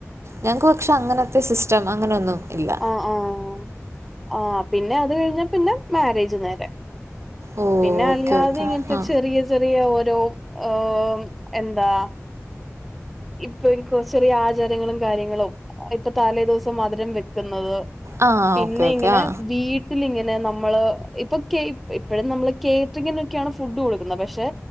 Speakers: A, on the right (about 60°); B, in the centre.
A: ഞങ്ങക്ക് പക്ഷേ അങ്ങനത്തെ സിസ്റ്റം അങ്ങനെ ഒന്നും ഇല്ല.
B: ആഹ് ആഹ് ആഹ്. പിന്നെ അത് കഴിഞ്ഞാപ്പിന്നെ മാര്യേജ് നേരേ
A: ഓ
B: പിന്നെ
A: ഓക്കെ
B: അല്ലാതെ
A: ഓക്കെ
B: ഇങ്ങൻത്തെ
A: ആ
B: ചെറിയ ചെറിയ ഓരോ ഓഹ് ഉം എന്താ ഇപ്പോനിക്ക് <unintelligible> ചെറിയ ആചാരങ്ങളും കാര്യങ്ങളും ഇപ്പോ തലേ ദിവസം മധുരം വെക്കുന്നത്
A: ആ
B: പിന്നെ
A: ഓക്കെ ഓക്കെ
B: ഇങ്ങനെ
A: ആ
B: വീട് ട്ടിലിങ്ങനെ നമ്മള് ഇപ്പ കേയ് ഇപ്പഴും നമ്മള് കേറ്റ്റിങ്ങിനൊക്കെയാണ് ഫുഡ് കൊടുക്കുന്നത്. പക്ഷേ